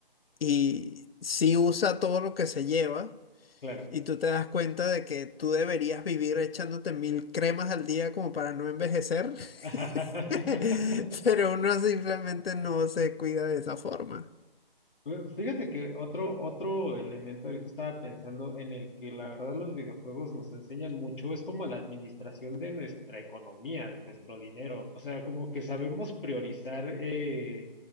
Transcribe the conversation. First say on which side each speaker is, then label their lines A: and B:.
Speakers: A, on the left; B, on the left.
A: y sí usa todo lo que se lleva.
B: Claro.
A: Y tú te das cuenta de que tú deberías vivir echándote mil cremas al día como para no envejecer, <laughs>
B: <laughs>
A: pero uno simplemente no se cuida de esa forma.
B: Eh, Fíjate que otro, otro elemento ahorita estaba pensando en el que la verdad los videojuegos nos enseñan mucho, es como la administración de nuestra economía, de nuestro dinero. O sea, como que sabemos priorizar, eh,